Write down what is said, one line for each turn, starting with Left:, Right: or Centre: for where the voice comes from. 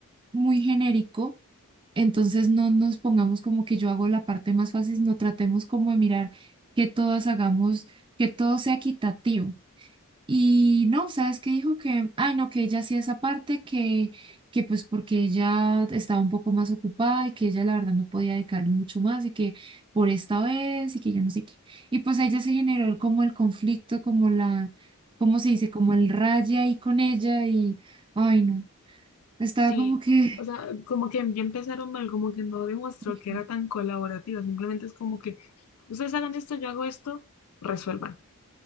Right: muy genérico, entonces no nos pongamos como que yo hago la parte más fácil, no tratemos como de mirar que todos hagamos, que todo sea equitativo Y no, ¿sabes qué dijo? Que, ay, no, que ella hacía esa parte, que, que pues porque ella estaba un poco más ocupada y que ella la verdad no podía dedicarle mucho más y que por esta vez y que yo no sé qué. Y pues a ella se generó como el conflicto, como la, ¿cómo se dice? Como el raye ahí con ella y, ay, no, estaba
Left: Sí,
Right: como que,
Left: o sea, como que ya empezaron mal, como que no demostró
Right: <laughs>
Left: que era tan colaborativa, simplemente es como que ustedes hagan esto, yo hago esto, resuelvan.